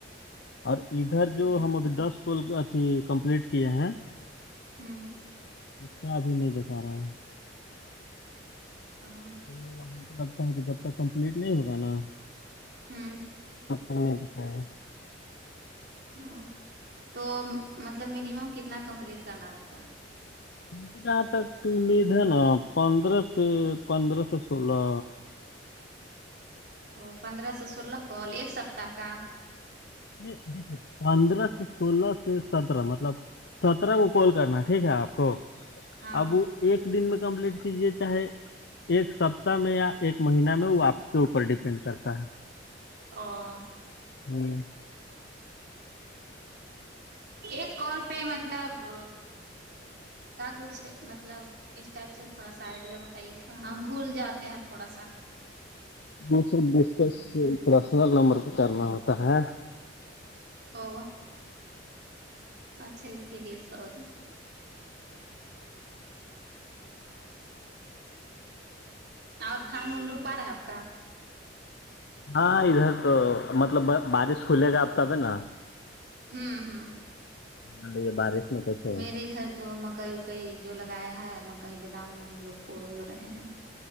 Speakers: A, on the left (about 65°); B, on the right (about 60°).
A: اور ادھر
B: ہوں
A: جو ہم ابھی دس کال کو اکے کمپلیٹ کیے ہیں
B: ہوں
A: کیابی نہیں دکھا رہا ہے
B: ہاں
A: یہ والا ہم کو لگتا ہے کہ جب تک کمپلیٹ نہیں ہوگا نا
B: ہون
A: اب تو نہیں دیکھ رہا ہے
B: ہاں تو مطلب مینیمم کتنا کمپلیٹ کرنا رہتا ہے
A: ہم <unintelligible> آ تمید ہے نا پندرہ س پندرہ سو سولہ
B: او پندرہ سے سولہ کال ایک سپتاہ کا
A: دیکھیے پندرہ سے سولہ سے سترہ مطلب سترہ کو کال کرنا ٹھیک ہے آپ کو
B: ہاں
A: اب ایک دن میں کمپلیٹ کیجیے چاہے ایک سپتاہ میں یا ایک مہینہ میں وہ آپ کے اوپر ڈیپینڈ کرتا ہے
B: او
A: ہوں
B: ایک کال پہ مطلب کا کچھ مطلب اس ٹائپ سے تھوڑا سا آئیڈیا بتائیے تھا ہم بھول جاتے ہیں تھوڑا سا
A: دوسر ڈسکس پرسنل نمبر پہ کرنا ہوتا ہے
B: او اچھا اس کے لیے سوری اور دھان ان روپار ہے آپ کا
A: ہاں ادھر تو مطلب بارش کھلے گا اب تب نا
B: ہوں ہوں
A: ہاں یہ بارش میں کیسے ہوگا
B: میرے ادھر تو مکئی اکئی جو لگایا ہے مکئی بہ دام لوگ کڑ اڑ رہے ہیں